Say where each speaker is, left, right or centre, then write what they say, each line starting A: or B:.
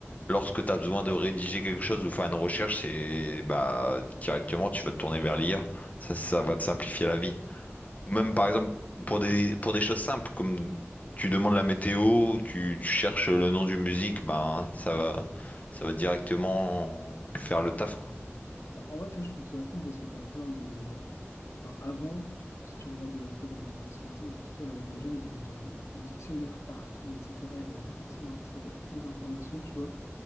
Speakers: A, on the left (about 35°); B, on the left (about 80°).
A: lorsque tu as besoin de rédiger quelque chose ou faire une recherche, c'est bah directement tu vas te tourner vers l'IA. Ça, ça va te simplifier la vie. Ou même par exemple pour des pour des choses simples comme tu demandes la météo, tu, tu cherches le nom d'une musique, ben ça va ça va directement faire le taf quoi.
B: Bah, en vrai, tu vois, je trouve ça fou parce que tu as plein de, Enfin, avant, si tu regardes un peu dans, dans l'ancien temps, genre, dis-toi, là, les gens, ils avaient besoin de, de dictionnaires partout, etc. Ils n'avaient pas forcément accès euh, aux informations, tu vois.